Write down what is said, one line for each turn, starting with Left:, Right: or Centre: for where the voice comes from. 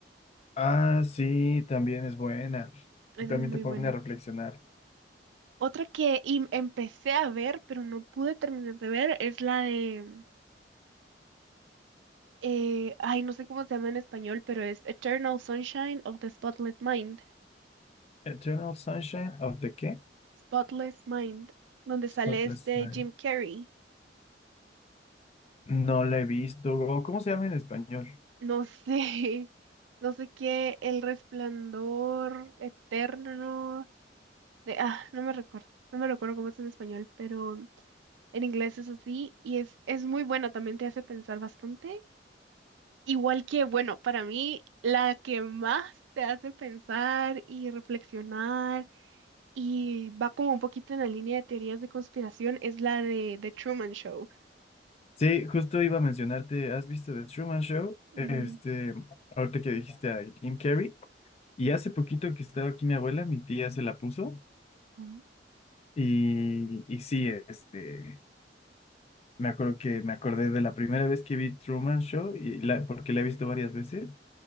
Left: Ah, sí, también es buena,
Right: Esa
Left: también
Right: es muy
Left: te pone
Right: buena.
Left: a reflexionar.
Right: Otra que im- empecé a ver, pero no pude terminar de ver, es la de, eh, ay, no sé cómo se llama en español, pero es Eternal Sunshine of the Spotless Mind,
Left: Eternal Sunshine of the, ¿qué?
Right: Spotless Mind, donde sale
Left: Spotless
Right: este
Left: Night.
Right: Jim Carrey.
Left: No la he visto. ¿O ¿Cómo se llama en español?
Right: No sé, <laughs> no sé qué, El Resplandor Eterno de, ah, no me recuerdo, no me recuerdo cómo es en español, pero en inglés es así y es, es muy buena, también te hace pensar bastante Igual que, bueno, para mí la que más te hace pensar y reflexionar y va como un poquito en la línea de teorías de conspiración es la de The Truman Show.
Left: Sí, justo iba a mencionarte, ¿has visto The Truman Show?
Right: Ujú.
Left: Este, ahorita que dijiste a Jim Carrey. Y hace poquito que estaba aquí mi abuela, mi tía se la puso.
Right: Ujú.
Left: Y, y sí, este, me acuerdo que me acordé de la primera vez que vi Truman Show, y la, porque la he visto varias veces.